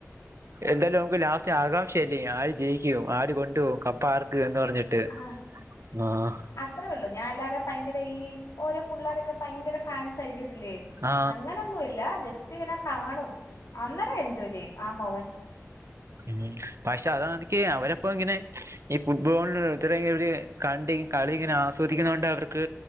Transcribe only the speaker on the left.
ആഹ്
അത്രേ ഉള്ളൂ ഞാൻ അല്ലാതെ ഭയങ്കര ഈ ഓരോ പുള്ളാരൊക്കെ ഭയങ്കര ഫാൻസായിരിക്കും ല്ലേ
അങ്ങനൊന്നുംല്ല ജസ്റ്റ് ഇങ്ങനെ കാണും അന്നേരം എൻജോയ് ചെയ്യും ആ മൊ